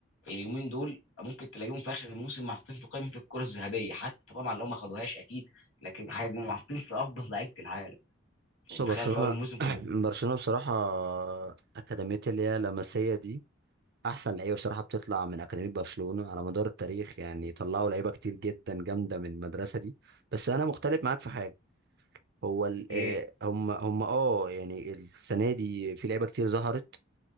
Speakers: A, on the left; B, on the right.
A: اليومين دول ممكن تلاقيهم في اخر الموسم محطين في قائمه الكره الذهبيه حتى طبعا لو ما خدوهاش اكيد لكن هيبقوا محطين في افضل لعيبه العالم
B: بص
A: انت
B: برشلونة
A: متخيل في اول الموسم كنا
B: <clears throat>
A: بنقول
B: برشلونة بصراحة أكاديمية اللي هي لاماسيا دي احسن لعيبه بصراحه بتطلع من اكاديميه برشلونه على مدار التاريخ يعني طلعوا لعيبه كتير جدا جامده من المدرسه دي بس انا مختلف معاك في حاجه هو ال-
A: ايه
B: آه، هم هم اه يعني السنه دي في لعيبه كتير ظهرت